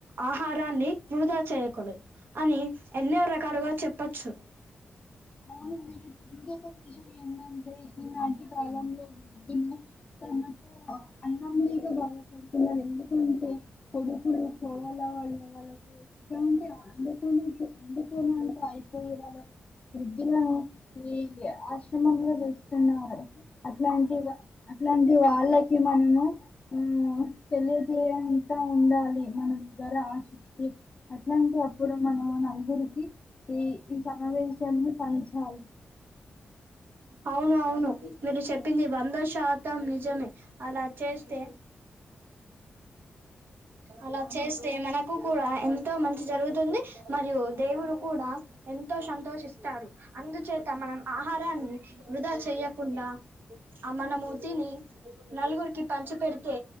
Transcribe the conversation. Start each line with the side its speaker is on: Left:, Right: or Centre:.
Right: ఆహారాన్ని వృధా చేయకూడదు అని ఎన్నవరె కరుగా చెప్పచ్చు
Left: అవును నేను చిన్న ఒక విషయం ఏంటంటే ఈనాటి కాలంలో వృద్ధులు తనకు అన్నం లేక బాధపడుతున్నారు ఎందుకంటే కొడుకులు కోడల వాళ్ల వాళ్ళకు ఎంటే అడుకని అందుకోని అంతా అయిపోయే కదా ఇని ఈ ఆశ్రమంలో వస్తున్నారు అట్లాంటి అట్లాంటి వాళ్ళకి మనము ఆ తెలియజేయంతా ఉండాలి మన దగ్గర ఆసక్తి అట్లాంటి అప్పుడు మనం నలుగురికి ఈ ఈ సమావేశంలో పంచాలు
Right: అవును అవును మీరు చెప్పింది వంద శాతం నిజమే అలా చేస్తే అలా చేస్తే మనకు కూడా ఎంతో మంచి జరుగుతుంది మరియు దేవుడు కూడా ఎంతో సంతోషిస్తారు అందుచేత మనం ఆహారాన్ని వృధా చెయ్యకుండా మనము తిని నలుగురికి పంచి పెడితే